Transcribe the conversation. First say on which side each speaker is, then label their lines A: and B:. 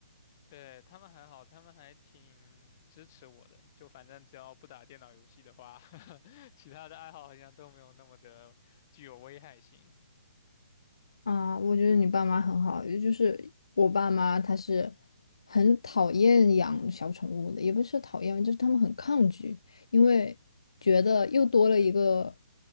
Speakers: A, on the left (about 35°); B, on the left (about 80°).
A: 对，他们还好，他们还挺支持我的。就反正只要不打电脑游戏的话，<laughs> 其他的爱好好像都没有那么的具有危害性。
B: 啊，我觉得你爸妈很好，也就是我爸妈他是很讨厌养小宠物的，也不是讨厌，就是他们很抗拒，因为觉得又多了一个